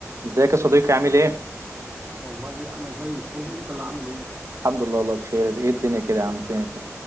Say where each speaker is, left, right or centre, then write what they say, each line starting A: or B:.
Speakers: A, on the right (about 65°); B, on the right (about 25°).
A: ازيك يا صديقي عامل ايه؟
B: والله انا زي الفل انت اللي عامل ايه
A: الحمد لله والله بخير ايه الدنيا كده يا عم
B: الح...
A: فينك كده؟